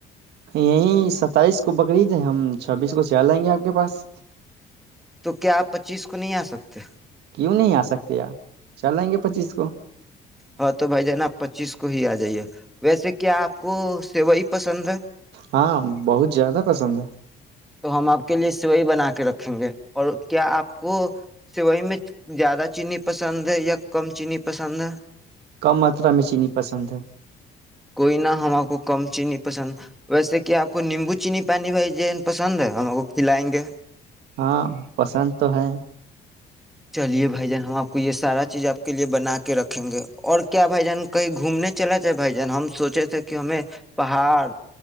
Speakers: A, on the right (about 75°); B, in the centre.
A: یہی ستائیس کو بقرریید ہے ہم چھبیس کو چیا لیں گے آپ کے پاس
B: تو کیا آپ پچیس کو نہیں آ سکتے
A: کیوں نہیں آ سکتے پ چل آائیں گے پچیس کو
B: ہاں تو بھائی جان آپ پچیس کو ہی آ جائیے ویسے کیا آپ کو سیوئی پسند ہے
A: ہاں بہت زیادہ پسند ہے
B: تو ہم آپ کے لیے سیوئئی بنا کے رکھیں گے اور کیا آپ کو سیوئی میں زیادہ چینی پسند ہے یا کم چینی پسند ہے
A: کم ماترا میں چینی پسند ہے
B: کوئی نہ ہم آپ کو کم چینی پسند ویسے کہ آپ کو نیمبو چینی پانی بھائی ج پسند ہے ہم کو کھلائیں گے
A: ہاں پسند تو ہے
B: چلیے بھائی جان ہم آپ یہ سارا چیز آپ کے لیے بنا کے رکھیں گے اور کیا بھائی جان کہیں گھومنے چلا جائے بھائی جان ہم سوچ چ تھے کہ ہمیں پہاڑ